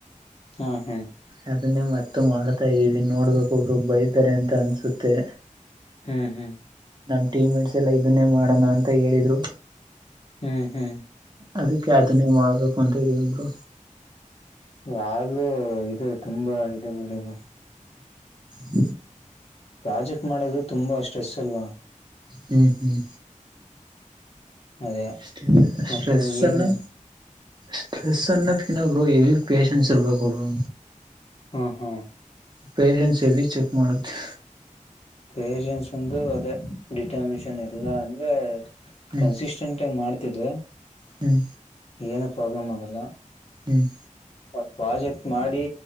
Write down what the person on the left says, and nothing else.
ಹಾ ಹಾ
ಹ್ಮ್ ಹಾ
ಹ್ಮ್ ಹ್ಮ್
ಆದೂ ಇದು ತುಂಬಾ ಇದುಮ್ಮ
ಪ್ರಾಜೆಕ್ಟ್ ಮಾಡೋದು ತುಂಬಾ ಸ್ಟ್ರೆಸ್ ಅಲ್ವಾ
ಅದೇ
ಮತ್ತೆ
ಏನು
ಹಾ ಹಾ
ಪಷನ್ಸ್ ಒಂದು ಅದೇ ಡಿಟಮಿನಷನ್ ಎಲ್ಲಾ ಅಂದ್ರೆ
ಕನ್ಸಿಸ್ಟೆಂಟ್ ಆಗಿ ಮಾಡ್ತಿದ
ಏನು ಪ್ರಾಬ್ಲಮ್ ಆಗಲ್ಲ
ಒಂದು್ ಪ್ರಾಜೆಕ್ಟ್ ಮಾಡಿ